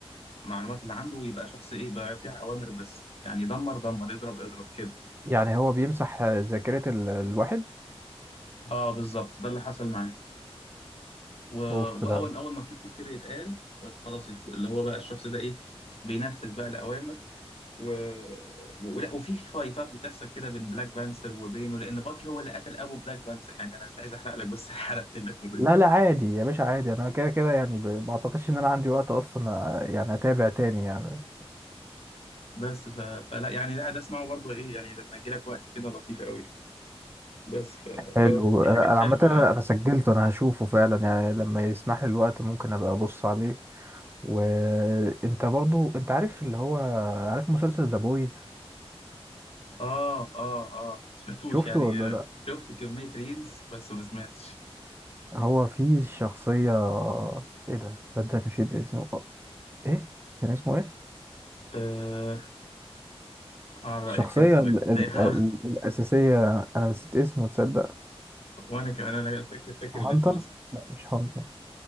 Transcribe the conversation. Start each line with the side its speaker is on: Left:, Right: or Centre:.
Left: المعلومات اللي عنده ويبقى شخص ايه بقى يطيع اوامر بس يعني دمر دمر اضرب اضرب كده
Right: يعني هو بيمسح آه، ذاكره ال- الواحد
Left: اه بالظبط ده اللي حصل معاه و... واول
Right: اوف ده
Left: اول ما في كود كده يتقال خلاص الك- اللي هو بقى الشخص ده ايه بينفذ بقى الاوامر و... ولا وفي فايتات بتحصل كده بين بلاك بانثر وبينه لان باكي هو اللي قتل ابو بلاك بانثر يعني انا مش عايز احرق لك بس <laughs> حرقت لك اوريدي
Right: لا لا عادي يا باشا عادي انا كده كده يعني ب- ما اعتقدش ان انا عندي وقت اصلا أ- يعني اتابع تاني يعني
Left: بس ف... فلا يعني لا ده اسمعه برضه ايه يعني لما يجي لك وقت كده لطيف قوي بس ف... ففي
Right: حلو انا
Left: حاجات
Right: أنا
Left: حلوه
Right: عامه انا
Left: يعني
Right: أنا سجلته انا هشوفه فعلا يعني لما يسمح لي الوقت ممكن ابقى ابص عليه وانت برضو انت عارف اللي هو عارف مسلسل ذا بويز
Left: اه اه اه ما سمعتوش
Right: شفته
Left: يعني
Right: ولا
Left: آه،
Right: لا
Left: شفت كميه ريلز بس ما سمعتش
Right: هو فيه شخصيه ايه ده صدق نسيت اسمه ايه كان اسمه ايه
Left: آه عن رأيك
Right: الشخصيه
Left: كان اسمه
Right: ال... ال...
Left: ايه
Right: ال...
Left: <laughs>
Right: الاساسيه انا نسيت اسمه تصدق
Left: وانا كمان انا فاكر فاكر
Right: هانتر
Left: الاسم بس
Right: لا مش هانتر